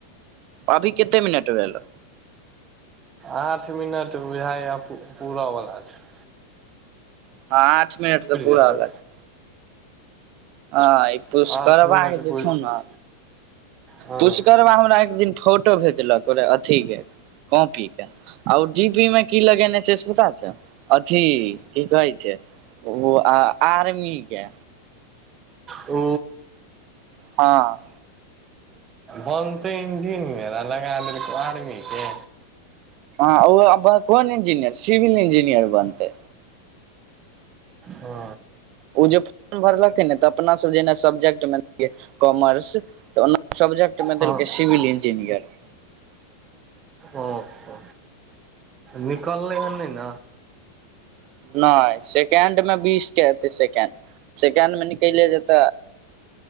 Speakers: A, on the right; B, on the right.
A: अभी कते मिनट भेलो
B: आठ मिनट बुझायै पूरा वला छो
A: हँ आठ मिनट तऽ पूरा
B: जेतै
A: वला छै आंई पुस्करबा
B: आठ मिनट
A: जे
B: पुरि
A: छौ न
B: हँ
A: पुचकरबा हमरा एक दिन फोटो भेजलकओे रहै अथीके कॉपीे के आ ओ डी पी मे की लगेने छै से पता छौ अथी की कहै छै ओ आ आर्मी के
B: ओ
A: हाँ
B: बनतै इंजिनियर आ लगा देलकै आर्मी के
A: हँ ओ अब कोन इंजीनियर सिविल इंजीनियर बनतै
B: ओ
A: ओ जे फोर्म भरलखिन ने तऽ अपनासभ जेना सब्जेक्टमे कॉमर्स तऽ ओना सबजेक्ट मे
B: हँ
A: देलकै सिविल इंजिनियर
B: ओह ओ निकलै ह नय न
A: नय सेकेंड मे बीस के एते सेकेंड सेकेंड मे निकयिले जेत